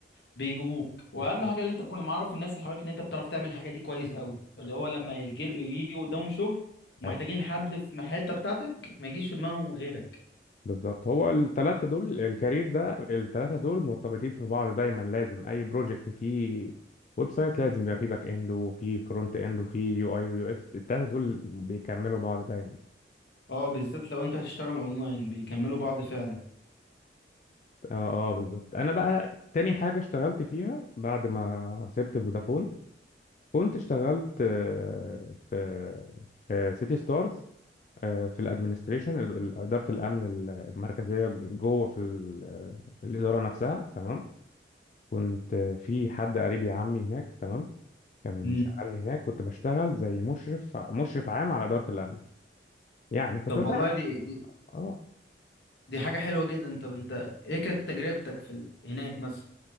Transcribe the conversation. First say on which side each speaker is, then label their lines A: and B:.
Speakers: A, on the left (about 70°); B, on the left (about 40°).
A: بيجيبوك واهم
B: بالظبط.
A: حاجه اللي انت تكون معرف الناس اللي حواليك اللي انت بتعرف تعمل الحاجه دي كويس قوي اللي هو لما يجي يجي قدامهم شغل ومحتاجين
B: ايوه
A: حد في الحته بتاعتك ما يجيش في دماغهم غيرك
B: بالظبط هو الثلاثة دول الكارير ده الثلاثة دول مرتبطين في بعض دايما لازم اي بروجكت فيه ويب سايت لازم يبقى فيه باك اند وفيه فرونت اند وفيه يو اي ويو اكس الثلاثة دول بيكملوا بعض دايما
A: اه بالذات لو انت هتشتغل اونلاين بيكملوا بعض فعلا
B: اه اه بالظبط انا بقى تاني حاجه اشتغلت فيها بعد ما سبت فودافون كنت اشتغلت آه، في في سيتي ستارز آه، في الادمنستريشن ال- ال- اداره الامن المركزيه جوه في ال- الاداره نفسها تمام كنت آه، في حد قريبي عمي هناك تمام كان مشغلني
A: مم.
B: هناك كنت بشتغل زي مشرف مشرف عام على اداره الامن يعني كنت
A: طب
B: ببقى
A: والله دي دي
B: اه
A: دي حاجة حلوة جدا طب انت ايه كانت تجربتك في ال... هناك مثلا